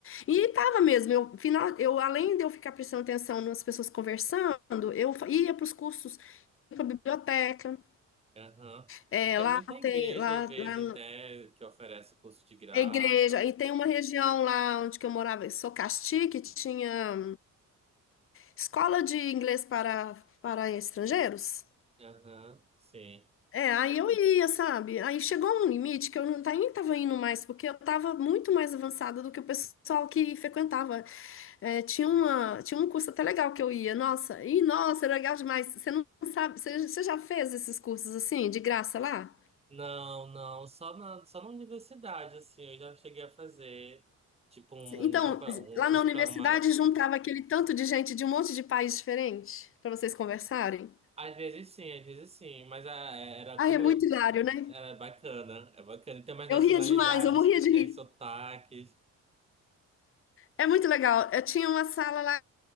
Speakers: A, on the left (about 45°); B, on the right (about 20°).
A: E tava mesmo, eu final, eu além de eu ficar prestando atenção nas pessoas conversando, eu fa- ia para os cursos, ia para biblioteca,
B: Aham.
A: é,
B: E tem
A: lá
B: muita igreja,
A: tem lá,
B: às vezes,
A: lá
B: né, que oferece curso de graça.
A: na igreja, e tem uma região lá onde que eu morava, em Socasti, que tinha Escola de inglês para, para estrangeiros?
B: Aham, sim.
A: É, aí eu ia, sabe? Aí chegou um limite que eu não tá- nem tava indo mais, porque eu tava muito mais avançada do que o pessoal que frequentava. É, tinha uma, tinha um curso até legal que eu ia, nossa, e nossa, era legal demais. Você não sabe, você, você já fez esses cursos assim, de graça lá?
B: Não, não, só na, só na universidade, assim, eu já cheguei a fazer, tipo, um
A: Então,
B: nível para um
A: lá
B: curso
A: na universidade
B: para uma...
A: juntava aquele tanto de gente de um monte de país diferente para vocês conversarem.
B: Às vezes sim, às vezes sim, mas ah, era
A: Ai,
B: como
A: é
B: eu...
A: muito hilário, né?
B: Era bacana, é bacana. E tem mais
A: Eu
B: nacionalidades
A: ria demais, eu morria
B: que tem
A: de rir.
B: sotaques.
A: É muito legal. Eu tinha uma sala lá